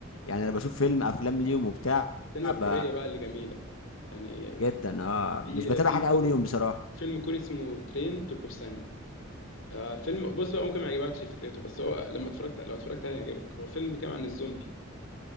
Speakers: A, on the left; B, on the left.
A: يعني انا بشوف فيلم افلام ليهم وبتاع
B: السينما الكورية
A: ب...
B: بقى اللي جميلة يعني
A: جدا اه
B: في
A: مش بتابع
B: في
A: حاجه
B: فيلم
A: قوي ليهم بصراحه
B: فيلم كوري اسمه ترين تو بوسان آه فيلم بص بقى ممكن ما يعجبكش فكرته بس هو لما اتفرجت لو اتفرجت عليه هيعجبك هو فيلم بيتكلم عن الزومبي